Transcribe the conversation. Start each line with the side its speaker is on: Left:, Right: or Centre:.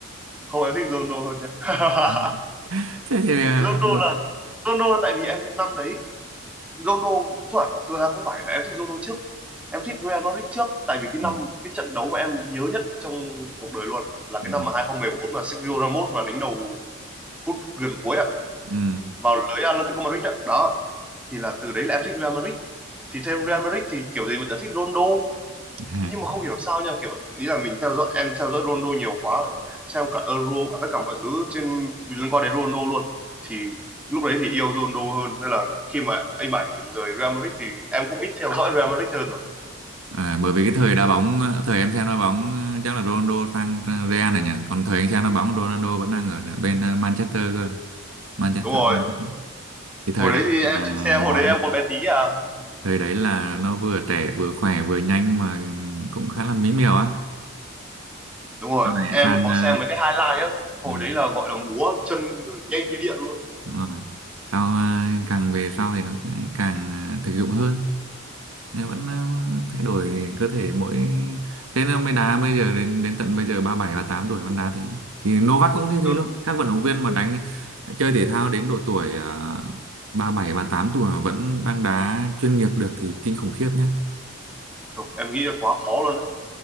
Centre: Không em thích Ronaldo hơn nha. <laughs>
Right: Ừ. Thế thì à,
Centre: Ronaldo
Right: đội
Centre: là Ronaldo là tại vì em năm đấy Ronaldo không phải, thực ra không phải là em thích Ronaldo trước. Em thích Real Madrid trước tại vì cái năm
Right: Ừ.
Centre: cái trận đấu mà em nhớ nhất trong cuộc đời luôn là
Right: ừ.
Centre: cái năm mà 2014 mà Sergio Ramos mà đánh đầu phút gần cuối ạ
Right: Ừ.
Centre: vào lưới Atletico Madrid đó. đó thì là từ đấy là em thích Real Madrid thì theo Real Madrid thì kiểu gì mình sẽ thích Ronaldo
Right: À,
Centre: nhưng mà không hiểu sao nha kiểu ý là mình theo dõi em theo dõi Ronaldo nhiều quá xem cả Euro cả tất cả mọi thứ trên liên quan đến Ronaldo luôn thì lúc đấy thì yêu Ronaldo hơn nên là khi mà anh Bảy rời Real Madrid thì em cũng ít theo dõi Real Madrid hơn rồi
Right: à, bởi vì cái thời đá bóng thời em xem đá bóng ờ, chắc là Ronaldo sang Real này nhỉ còn thời anh xem đá bóng Ronaldo vẫn đang ở bên ờ, Manchester cơ Manchester
Centre: đúng rồi
Right: United. cái thời
Centre: hồi đấy
Right: đấy
Centre: thì em
Right: là
Centre: thích xem hồi
Right: đá
Centre: đấy em còn bé tí à
Right: thời đấy là nó vừa trẻ vừa khỏe vừa nhanh mà cũng khá là mỹ miều á
Centre: đúng rồi
Right: sau này
Centre: em
Right: sang
Centre: có
Right: ờ,
Centre: xem mấy cái highlight á hồi
Right: ừ,
Centre: đấy là gọi là múa chân nhanh như điện luôn
Right: đúng rồi sau ờ, càng về sau thì nó càng ờ, thực dụng hơn Này vẫn uh, thay đổi cơ thể mỗi thế nên mới đá bây giờ đến đến tận bây giờ ba bảy ba tám tuổi vẫn đá thế. Thì Novak cũng như thế
Centre: Trời
Right: luôn. Các vận động viên mà đánh chơi thể thao đến độ tuổi ờ, ba bảy ba tám tuổi mà vẫn đang đá chuyên nghiệp được thì kinh khủng khiếp nhé.
Centre: em nghĩ là quá khó luôn á